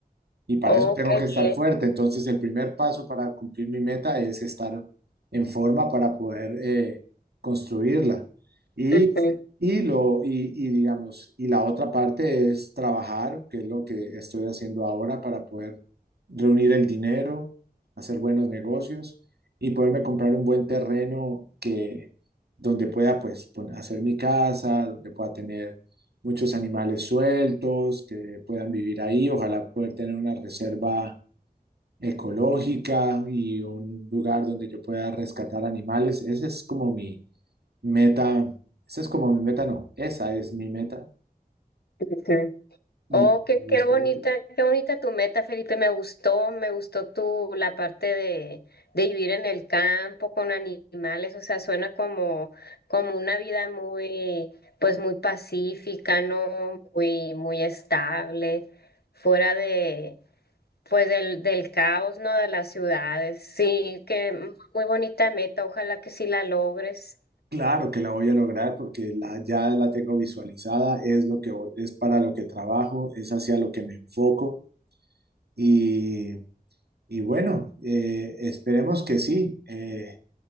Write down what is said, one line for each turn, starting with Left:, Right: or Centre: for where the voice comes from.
Right: y para
Left: Oh,
Right: eso tengo
Left: qué
Right: que estar fuerte. Entonces, el primer paso para cumplir mi meta es estar en forma para poder eh, construirla. Y,
Left: bien. Ujú,
Right: y, lo, y, y digamos, y la otra parte es trabajar, que es lo que estoy haciendo ahora para poder reunir el dinero, hacer buenos negocios y poderme comprar un buen terreno que donde pueda pues pon- hacer mi casa, donde pueda tener muchos animales sueltos que puedan vivir ahí. Ojalá poder tener una reserva ecológica y un lugar donde yo pueda rescatar animales. Esa es como mi meta. Esa es como mi meta, no, esa es mi meta
Left: ujú.
Right: y
Left: Oh, qué, qué
Right: espero
Left: bonita,
Right: que,
Left: qué bonita tu meta, Felipe. Me gustó, me gustó tu, la parte de, de vivir en el campo con animales. O sea, suena como, como una vida muy, pues muy pacífica, ¿no? Muy, muy estable, fuera de, Pues del, del caos, ¿no? De las ciudades. Sí, que muy bonita meta, ojalá que sí la logres.
Right: claro que la voy a lograr porque la, ya la tengo visualizada, es lo que vo- es para lo que trabajo, es hacia lo que me enfoco y, y bueno, eh, esperemos que sí. eh,